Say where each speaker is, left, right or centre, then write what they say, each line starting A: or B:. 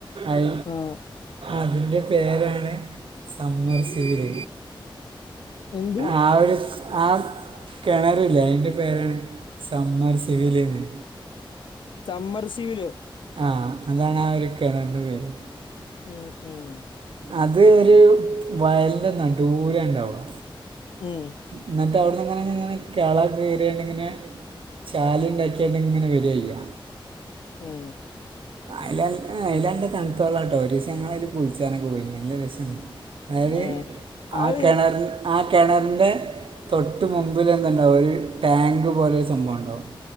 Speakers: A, on the right (about 75°); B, on the left (about 65°).
A: ഐ
B: ആഹ്
A: അതിൻ്റെ പേരാണ് സമ്മർശിത്
B: എന്ത്
A: ആ ഒരു ആ കിണറില്ലേ അയിന്റെ പേരാണ് സമ്മർ സിവില് ന്ന്
B: ചമ്മർസിവിലോ
A: ആഹ് അതാണ് ആ ഒരു കിണറിൻ്റെ പേര്
B: ഉം ഉം
A: അത് ഒരു വയലിൻ്റെ നടൂലാ ഇണ്ടാവുക
B: ഉം
A: എന്നിട്ട് അവിടുന്നങ്ങന ഇങ്ങനെ കെള കീറിയോണ്ടങ്ങനെ ചാല്ണ്ടാക്കിയാണ്ടങ്ങനെ വരുയ്യ
B: ഉം
A: അയിലൽ അയിലല്ല തണുത്തോള്ളാ ട്ടോ ഒരീസം ഞങ്ങള് അതിൽ കുളിച്ചനൊക്കെ പോയി. നല്ല രസോണ്ട് അതായത്
B: ഏഹ്
A: ആ
B: അത്
A: കിണർന് ആ കിണറിന്റെ തൊട്ട് മുമ്പില് എന്ത്ണ്ടാവും ഒരു ടാങ്ക് പോലെഒരു സംഭവം ഉണ്ടാവും